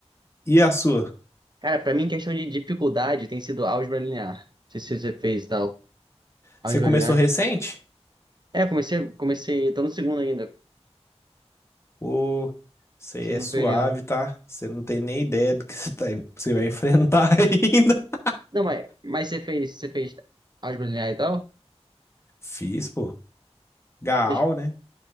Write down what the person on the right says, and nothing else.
Cara, pra mim, questão de dificuldade tem sido álgebra linear. Não sei se você fez e tal. Álgebra
linear.
É, eu comecei, comecei. Tô no segundo ainda.
Segundo
período.
Não, mas, mas você fez. Você fez álgebra linear e tal?
Fez-